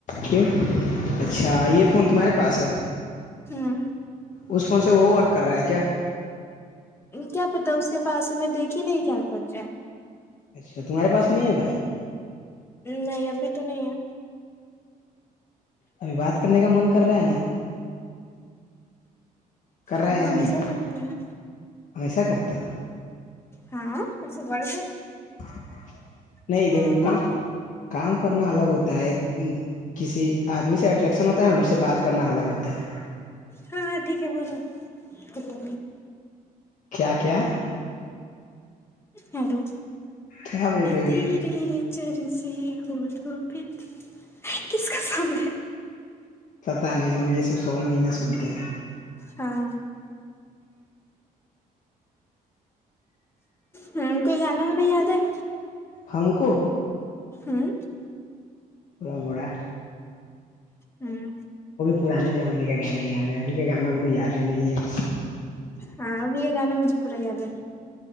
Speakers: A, on the left; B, on the left.
A: کیوں اچھا یہ فون تمہارے پاس ہے
B: ہوں
A: اس فون سے وہ ورک کر رہا ہے کیا
B: کیا پتا اس کے پاس ہم دیکھی نہیں کیا خ جائے
A: اچھا تمہارے پاس نہیں ہے بھائی
B: نہیں ابھی تو نہیں ہے
A: ابھی بات کرنے کا من کر رہا ہے نا کر رہا
B: آپ تو
A: یا
B: ہمیشہ
A: نہیں
B: سکتے ہیں
A: ہمیسا کرتے
B: ہاں اٹس ورڈ
A: <inaudible> نہیں
B: ہوں
A: دیکھو کام
B: بولو
A: کام کرنا الگ ہوتا ایک کسی آدمی سے اٹریکشن ہوتا ہے ن اس سے بات کرنا الگ ہوتا ہے
B: ہاں ہاں ٹھیک ہے بولو کتا
A: کیا کیا
B: ہیلو
A: کیا بول رہی
B: تریے
A: ہو
B: چرسی پ کس کا سنگ ہے
A: پتا نہیں ہم یہ سب س نہیں سوتے ہیں
B: ہاں ہوں کوئی گانا گا یاد ہے
A: ہم کو
B: ہاں
A: پورا مڑا
B: ہاں
A: پرانے زمانے کا گانا یاد ہے ابھی کے گانا ہم کو یادیں نہیں ہے
B: ہاں اب یہ گانا مجھے پورا یاد ہے